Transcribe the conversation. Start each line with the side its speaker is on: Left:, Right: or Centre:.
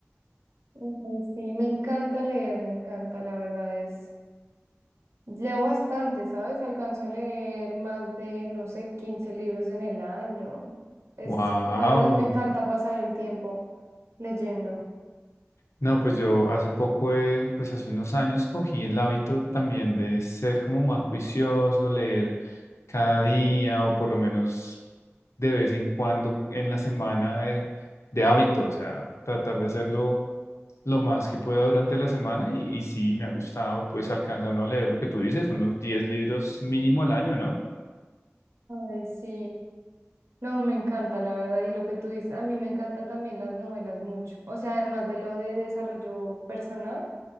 Right: Ay, sí, me encanta leer, me encanta, la verdad es. Leo bastante, ¿sabes? Alcanzo a leer más de, no sé, 15 libros en el año. Es,
Left: ¡Wow!
Right: la verdad, me encanta pasar el tiempo leyendo.
Left: No, pues yo hace poco, eh, pues hace unos años cogí el hábito también de ser como más juicioso, leer cada día o por lo menos de vez en cuando en la semana de, de hábito, o sea, tratar de hacerlo lo más que pueda durante la semana y, y sí, me ha gustado, pues alcanza uno a leer lo que tú dices, unos 10 libros mínimo al año, ¿no?
Right: Ay, sí. No, me encanta, la verdad, y lo que tú dices, a mí me encanta también las novelas mucho. O sea, además de lo de desarrollo personal,